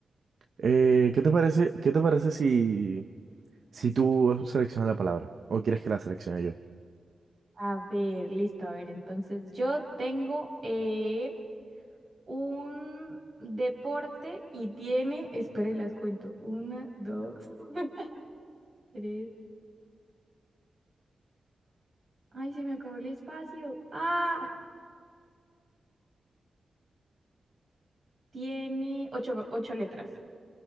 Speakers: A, on the right (about 60°); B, on the right (about 45°).
A: eh, ¿qué te parece, qué te parece si, si tú seleccionas la palabra o quieres que la seleccione yo?
B: a ver, listo, a ver, entonces yo tengo eh, un deporte y tiene, espera y las cuento, una, dos, <laughs> tres, ay, se me acabó el espacio, ah, tiene ocho, ocho letras,